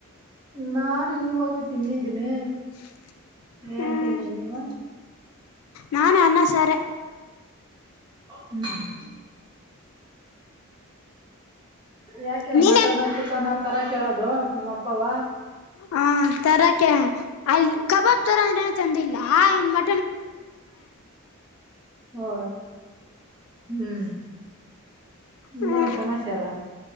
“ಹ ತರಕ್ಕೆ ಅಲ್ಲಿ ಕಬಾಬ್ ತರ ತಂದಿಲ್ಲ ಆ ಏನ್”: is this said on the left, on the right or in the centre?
Left